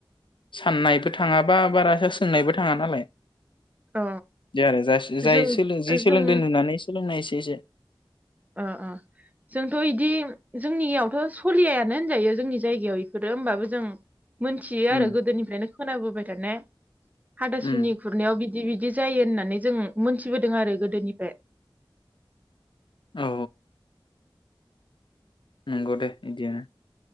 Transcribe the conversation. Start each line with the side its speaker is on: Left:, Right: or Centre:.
Left: साननायबो थाङाबा बारासा सोंनायबो थाङा नालाय
Right: अ
Left: दे आरो जास्थ जाय
Right: जों
Left: सोलों जि सोलोंदों
Right: जों
Left: नुनानै सोलोंनायसो जेसे
Right: अ अ जोंथ' इदि जोंनियावथ' सलियायानो होनजायो जोंनि जायगायाव इफोरो होमबाबो जों मोनथियो आरो
Left: उम
Right: गोदोनिफ्रायनो खोनाबोबाय थानाय हाथासुनि
Left: उम
Right: खुरनायाव बि दि बिदि जायो होननानै जों मोनथिबोदों आरो गोदोनिफ्राय
Left: औ नंगौ दे इदियानो